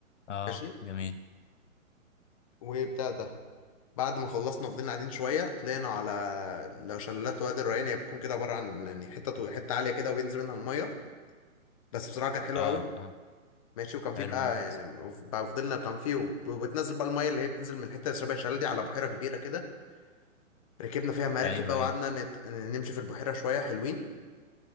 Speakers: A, on the left; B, on the left.
A: اه
B: ماشي
A: جميل
B: وبتاع ده بعد ما خلصنا فضلنا قاعدين شويه طلعنا على لو شلالات وادي الريان هي بتكون كده عباره عن يعني حته حته عاليه كده وبينزل منها الميه بس بصراحه كانت حلوه
A: اه
B: قوي
A: اه
B: ماشي وكان في
A: حلو
B: بقى
A: موت
B: يعني بقى فضلنا كان في وب- وبتنزل بقى الميه اللي هي بتنزل من حته شبه الشلال دي على بحيره كبيره كده ركبنا فيها مراكب
A: ايوه
B: بقى وقعدنا
A: ايوه
B: نت... نمشي في البحيره شويه حلوين